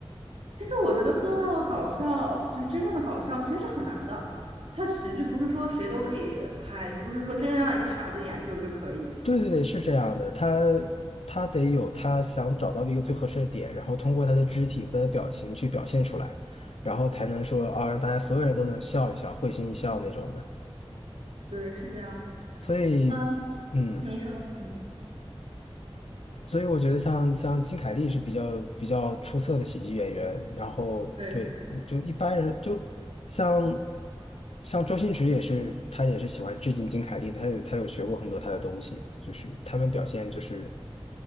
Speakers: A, on the right; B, on the left.
A: 其实我觉得做到搞笑，就是真正的搞笑，其实是很难的。它喜剧不是说谁都可以拍，不是说真让一个傻子演就就可以。
B: 对对对，是这样的，
A: 对，
B: 他他得有他想找到的一个最合适的点，然后通过他的肢体和他的表情去表现出来，然后才能说啊，让大家所有人都能笑一笑，会心一笑那种的。
A: 对，是这样子。
B: 所以，
A: 嗯，
B: 嗯，
A: 你说，嗯，
B: 所以我觉得像像金凯利是比较比较出色的喜剧演员，然后对，
A: 对，是，
B: 就一般人就像像周星驰也是，他也是喜欢致敬金凯利的，他有他有学过很多他的东西，就是他们表现就是。